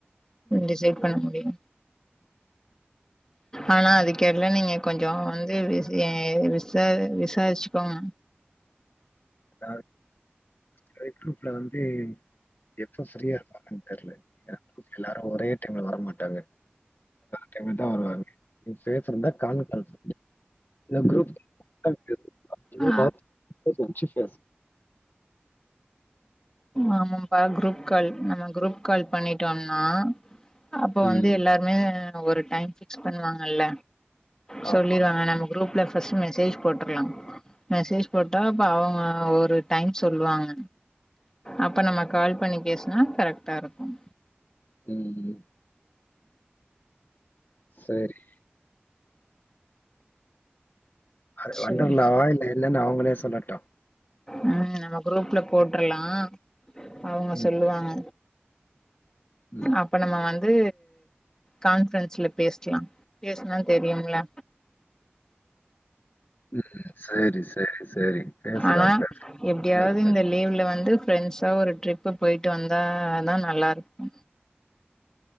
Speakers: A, on the left; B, on the left.
A: டிசைட் பண்ண முடியு ஆனா அதுக்கெல்லா நீங்க கொஞ்சோ <unintelligible> விசிய விசாரி விசாரிச்சுக்கோங்க
B: தார் ட்ரை குரூப்ல வந்து எப்போ ஃப்ரீயா இருப்பாங்கன்னு தெர்ல குரூப் எல்லாரு ஒரே டைம்ல வரமாட்டாங்க டைம் இருந்தா வருவாங்க <unintelligible> <inaudible> <inaudible> ஃபர்ஸ்ட்
A: ஆ
B: வஞ்சி ஃபர்ஸ்ட்
A: ஆமாம்பா குரூப் கால் நம்ம குரூப் கால் பண்ணிட்டோன்னா அப்போ வந்து
B: ம்.
A: எல்லாருமே ஒரு டைம் ஃப்ரீ ஸ் பண்ணுவாங்கள சொல்லிடுவாங்க
B: ஆமா.
A: நம்ம குரூப்ல் ஃபர்ஸ்ட்ட மெசேஜ் போட்டுர்லா மெசேஜ் போட்டால் அப்போ அவுங்க ஒரு டைம் சொல்லுவாங்க அப்ப நம்ம கால் பண்ணி பேசினா கரெக்டா இருக்கும்
B: உம் உம் சரி அ
A: சேரி
B: வண்டர்லாவா இல்ல என்னன்னு அவுங்களே சொல்லட்டு
A: உம் நம்ம குரூப்ல போட்டர்லா அவுங்க
B: ம்,
A: சொல்லுவாங்க
B: ம்,
A: அப்ப நம்ம வந் து கான்ஃபரன்ஸ்ல பேஸ்லா பேஸ்னா தெரியுல்ல
B: உம் சரி சரி சரி. பேசலாம்,
A: ஆனா
B: பேசலாம்.
A: எப்டியாவது
B: இன்னொரு நாள்.
A: இந்த லீவ்ல வந்து ஃப்ரெண்ட்ஸா ஒரு ட்ரிப்பு போயிட்டு வந்தாதா நல்லாருக்கு